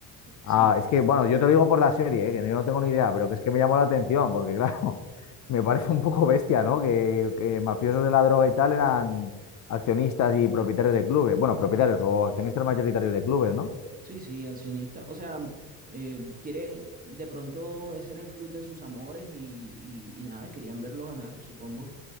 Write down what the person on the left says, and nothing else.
Ah, es que, bueno, yo te lo digo por la serie, ¿eh? que yo no tengo ni idea, pero que es que me llamó la atención, porque claro, <laughs> me parece un poco bestia, ¿no? Que, que mafiosos de la droga y tal eran accionistas y propietarios de clubes. Bueno, propietarios o accionistas mayoritarios de clubes, ¿no?